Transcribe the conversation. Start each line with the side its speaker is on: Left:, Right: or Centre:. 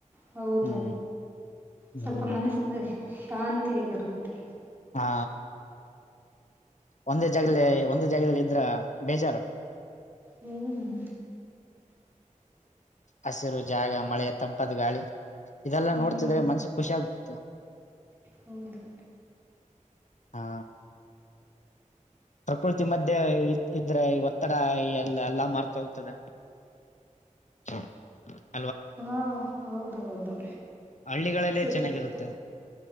Right: ಹೌದು
Left: ಹ್ಮ್
Right: ಸ್ವಲ್ಪ
Left: ಹ್ಮ್
Right: ಮನಸ್ದ ಶಾಂತಿಯಾಗಿರುತ್ತೆ
Left: ಹಾ ಒಂದೇ ಜಾಗದಲ್ಲಿ ಒಂದೇ ಜಾಗದಲ್ಲಿ ಇದ್ರ ಬೇಜಾರು
Right: ಹ್ಮ್
Left: ಹಸಿರು ಜಾಗ ಮಳೆಯ ತಂಪತ್ ಗಾಳಿ ಇದೆಲ್ಲ
Right: ಹ್ಮ್
Left: ನೋಡ್ತಿದ್ರೆ ಮನ್ಸ ಖುಷಿ ಆಾಗತ್ತ
Right: ಹೌದು
Left: ಹಾ ಪ್ರಕೃತಿ ಮಧ್ಯೆ ಇದ್ರೆ ಈ ಒತ್ತಡ ಎಲ್ಲ ಎಲ್ಲಾ ಮಾರ್ತ ಹೋಗ್ತದೆ ಹ
Right: ಹಾ ಹೌದ ಹೌದು
Left: ಹಳ್ಳಿಗಳಲ್ಲೇ
Right: ಸುತ್ತ
Left: ಚೆನ್ನಾಗಿರುತ್ತೆ